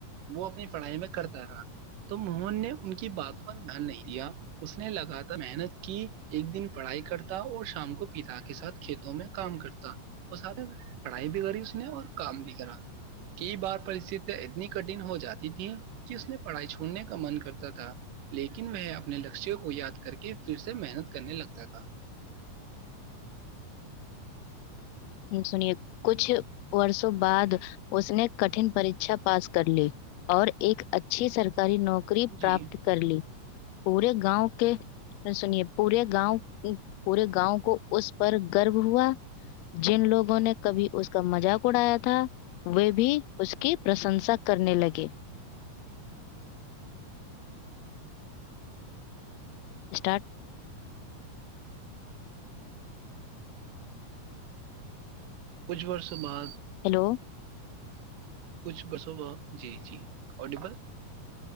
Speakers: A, on the right (about 80°); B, on the left (about 85°).
A: وہ اپنی پڑھائی میں کرتا رہا تو موہن نے ان کی بات پر دھیان نہیں دیا اس نے لگاتار محنت کی ایک دن پڑھائی کرتا اور شام کو پتا کے ساتھ کھیتوں میں کام کرتا اور پڑھائی بھی کری اس نے اور کام بھی کرا کئی بار پرستتیا اتنی کٹن ہو جاتی تھیں کہ اس نے پڑھائی چھوڑنے کا من کرتا تھا لیکن وہ اپنے لشوں کو یاد کر کے پھر سے محنت کرنے لگتا تھا
B: سنیے کچھ وورسوں بعد اس نے کٹن پیھا پاس کر لی اور ایک اچھی سرک ساری نوکری پراپت
A: جی
B: کر لی پورے گاؤں کے سنیے پورے گاؤں پورے گاؤں کو اس پر گرب ہوا جن لوگوں نے کبھی اس کا مذاق اڑایا تھا وہ بھی اس کی پرشنسا کرنے لگے اسٹارٹ
A: کچھ برسوں بعد
B: ہیلو
A: کچھ برسوں میں جی جی آڈیبل